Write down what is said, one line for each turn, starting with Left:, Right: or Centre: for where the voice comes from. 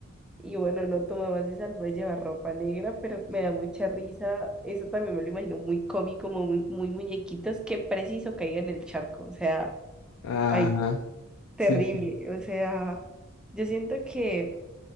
Centre: y bueno, no, tu mamá se salvó de llevar ropa negra, pero me da mucha risa. Eso también me lo imagino muy cómico, muy, muy muñequitos, que preciso caiga en el charco. O sea,
Left: Ajá,
Centre: ay, terrible.
Left: sí, sí.
Centre: O sea, yo siento que,